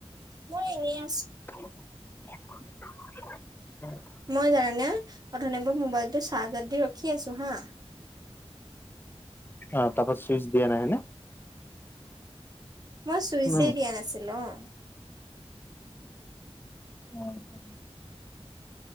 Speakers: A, on the right; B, on the left.
A: মই এনে আছো।
B: <inaudible>
A: মই জানানে অঠনিৰে পৰা মোবাইলটো চাৰ্জত দি ৰখি আছো হা'।
B: অ' তাৰপৰা চুইচ দিয়া নাই হয়নে?
A: মই চুইচেই
B: উম
A: দিয়া নাছিলো অ'।
B: উম।